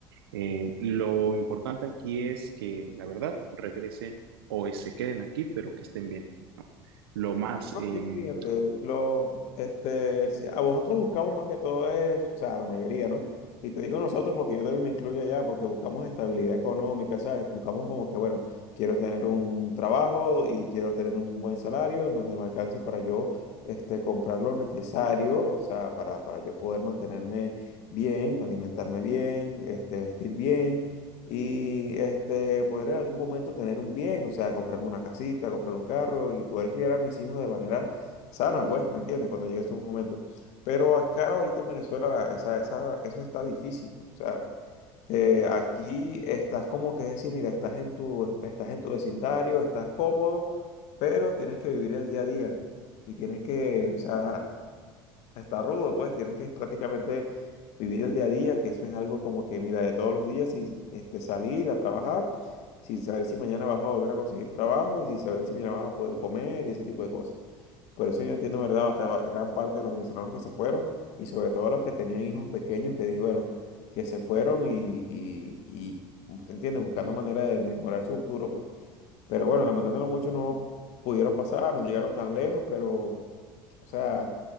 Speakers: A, on the right; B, on the left.
A: Eh, lo importante aquí es que, la verdad, regresen o se queden aquí, pero que estén bien. Lo más
B: No,
A: eh,
B: sí, fíjate, lo, este, si a vosotros buscamos más que todo es, o sea, la mayoría, ¿no? Y te digo nosotros porque yo también me incluyo allá, porque buscamos estabilidad económica, ¿sabes? Buscamos como que, bueno, quiero tener un trabajo y quiero tener un buen salario en donde me alcance para yo, este, comprar lo necesario, o sea, para, para yo poder mantenerme bien, alimentarme bien, este, vestir bien y este, poder en algún momento tener un bien, o sea, comprarme una casita, comprar un carro y poder criar a mis hijos de manera sana, pues, ¿me entiendes? Cuando llegue su momento. Pero acá ahorita en Venezuela la- esa, esa- eso está difícil, o sea, te- aquí estás como que decir, mira, estás en tu, estás en tu vecindario, estás cómodo, pero tienes que vivir el día a día y tienes que, o sea... Está rudo, pues tienes que prácticamente vivir el día a día, que eso es algo como que, mira, de todos los días, sin este, salir a trabajar, sin saber si mañana vas a volver a conseguir trabajo y sin saber si mañana vas a poder comer y ese tipo de cosas. Por eso yo entiendo, ¿verdad? Hasta va- gran parte de los venezolanos que se fueron y sobre todo los que tenían hijos pequeños que dijeron que se fueron y, y, y pues, ¿se entiende? Buscando manera de mejorar su futuro, pues. Pero bueno, lamentándolo mucho, no pudieron pasar, no llegaron tan lejos, pero... O sea,